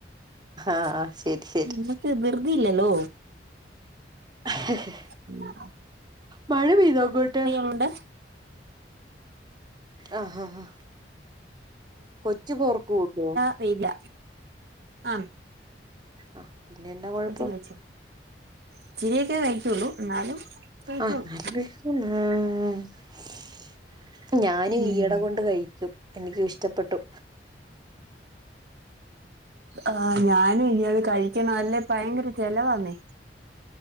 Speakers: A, on the right; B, on the right.
A: ആഹ്
B: <unintelligible>
A: ശരി ശരി
B: <unintelligible> ധൃതി ഇല്ലല്ലോ
A: <inaudible>
B: <inaudible>
A: മഴ പെയ്തോഅങ്ങോട്ട്
B: ഒണ്ട്
A: ആഹ് ആഹ് ആഹ് കൊച്ചു പോർക്ക് കൂട്ടുവോ
B: പെയ്യില്ല ആം
A: ആഹ് പിന്നെന്നാ കൊഴപ്പം
B: കൊച്ചും കഴിച്ചോ ഇച്ചിരിയൊക്കെ കഴിക്കുവൊള്ളൂ എന്നാലും കഴിച്ചോളും
A: ആഹ് എന്നാലും <unintelligible> ഞാനും
B: ഉം
A: ഈയിടെ കൊണ്ട് കഴിക്കും എനിക്കും ഇഷ്ടപ്പെട്ടു
B: ആഹ് ഞാനും ഇനി അത് കഴിക്കണം അല്ലെ ഭയങ്കര ചെലവാന്നേ